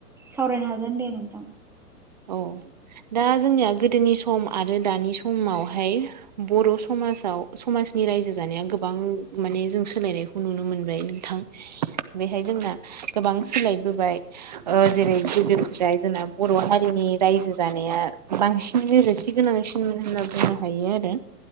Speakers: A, in the centre; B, on the right.
A: सावरायनो हागोन दे नोंथां।
B: औ दा जोंनिया गोदोनि सम आरो दानि समावहाय बर' समाज साव समाजनि रायजो जानाया गोबां माने जों सोलायनायखौ नुनो मोनबाय नोंथां। बेहाय जोंना गोबां सिलायबोबाय ओ जेरै गिदिर ओमफ्राय जोंना बर' हारिनि रायजो जानाया बांसिनानो रोसि गोनांसिन होनना बुंनो हाय यो आरो